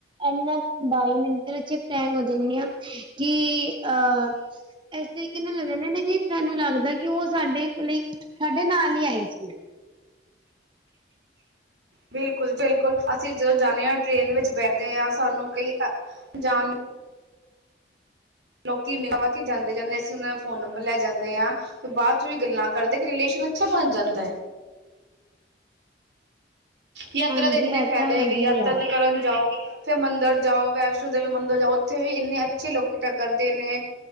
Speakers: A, on the right; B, on the right.
A: ਇੰਨਾ ਬਾਈ ਮਿੰਟ ਚ ਟੈਂਗ ਹੋ ਜਾਂਦੀ ਆ, ਕਿ ਅਹ ਇਸ ਤਰੀਕੇ ਨਾਲ ਲੱਗਣਾ ਕੀ ਤੁਹਾਨੂੰ ਲੱਗਦਾ ਕਿ ਉਹ ਸਾਡੇ ਲਈ, ਸਾਡੇ ਨਾਲ ਹੀ ਆਏ ਸੀ <inaudible>
B: ਬਿਲਕੁਲ ਬਿਲਕੁਲ ਅਸੀਂ ਜਦੋਂ ਜਾਨੇ ਹਾਂ, ਟ੍ਰੇਨ ਦੇ ਵਿੱਚ ਬੈਠਦੇ ਹਾਂ, ਸਾਨੂੰ ਕਈ <inaudible> ਲੋਕੀ ਮੈਨੂੰ ਆਹ ਕਿ ਜਾਂਦੇ ਜਾਂਦੇ, ਅਸੀਂ ਉਹਨਾਂ ਦਾ ਫੋਨ ਨੰਬਰ ਲੈ ਜਾਂਦੇ ਹਾਂ ਬਾਅਦ ਚ ਵੀ ਗੱਲਾਂ ਕਰਦੇ, ਕਿ ਰਿਲੇਸ਼ਨ ਅੱਛਾ ਬਣ ਜਾਂਦਾ ਹੈ। ਯਾਤਰਾ
A: ਹਾਂਜੀ
B: ਦੇ ਇੰਨੇ
A: ਇਹ
B: ਫਾਇਦੇ
A: ਤਾਂ ਹੈਗਾ
B: ਹੈਗੇ, ਯਾਤਰਾ
A: ਹੀ ਆ।
B: ਤੇ ਕਰਨ ਜਾਓ ਫੇਰ ਮੰਦਿਰ ਜਾਓ, ਵੈਸ਼ਨੋ ਦੇਵੀ ਮੰਦਿਰ ਜਾਓ, ਉੱਥੇ ਵੀ ਇੰਨੇ ਅੱਛੇ ਲੋਕ ਟੱਕਰਦੇ ਨੇ